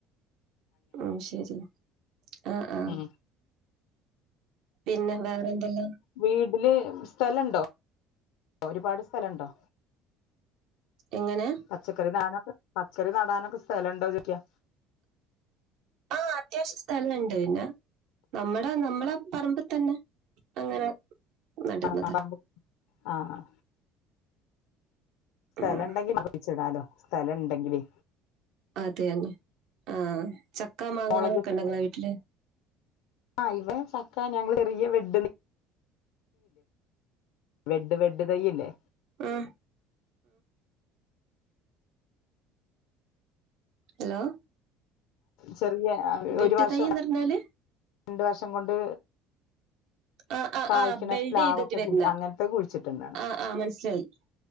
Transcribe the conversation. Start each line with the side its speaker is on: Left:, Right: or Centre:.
Right: ഉം ശരിയാ ആഹ് ആഹ്
Left: ഉം
Right: പിന്നെ വേറെ എന്തെല്ലാം
Left: വീട്ടില് സ്ഥലുണ്ടോ ഒരുപാട് സ്ഥലുണ്ടോ
Right: എങ്ങനെ
Left: പച്ചക്കറി നടാനൊക്കെ പച്ചക്കറി നടാനൊക്കെ സ്ഥലണ്ടോന്ന് ചോയിക്കാ
Right: ആഹ് അത്യാവശ്യം സ്ഥലണ്ട് ന്ന നമ്മുടെ നമ്മട പറമ്പിൽ തന്നെ അങ്ങനെ നടുന്നതാ
Left: ആഹ് പറമ്പ് ആഹ് ആഹ് സ്ഥലം
Right: ഉം
Left: ഇണ്ടെങ്കി <unintelligible> സ്ഥലം ഇണ്ടെങ്കില്
Right: അതെന്നെ ആഹ് ചക്ക മാങ്ങ
Left: മുളക്
Right: അങ്ങനൊക്കെ ഇണ്ടോ ങ്ങള വീട്ടില്
Left: ആഹ് ഇവ ചക്ക ഞങ്ങള് ചെറിയ വെഡ വെഡ് വെഡ് തയ്യില്ലേ
Right: ആഹ് ഹലോ
Left: ചെറിയ
Right: ബെഡ്
Left: ഒരു വർഷം
Right: തൈന്ന് പറഞ്ഞാല്
Left: രണ്ട് വർഷം കൊണ്ട്
Right: ആഹ് ആഹ്
Left: കായ്ക്കണ
Right: ആഹ് ബെൽഡ്
Left: പ്ലാവൊക്കെ
Right: ചെയ്തിട്ട് വരുന്ന
Left: അങ്ങനത്തെ കുഴിച്ചിട്ടുണ്ടാണ്
Right: ആഹ് ആഹ് മനസ്സിലായി